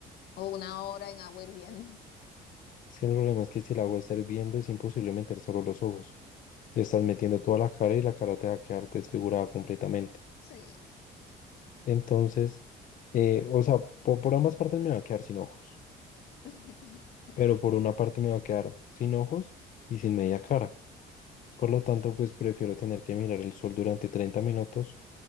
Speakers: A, on the left; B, on the left.
A: o una hora en agua hirviendo.
B: es que el problema es que si el agua está hirviendo es imposible meter solo los ojos. Estás metiendo toda la cara y la cara te va a quedar desfigurada completamente.
A: Sí.
B: Entonces, eh, o sea, po- por ambas partes me va a quedar sin ojos,
A: <laughs>
B: pero por una parte me va a quedar sin ojos y sin media cara. Por lo tanto, pues prefiero tener que mirar el sol durante 30 minutos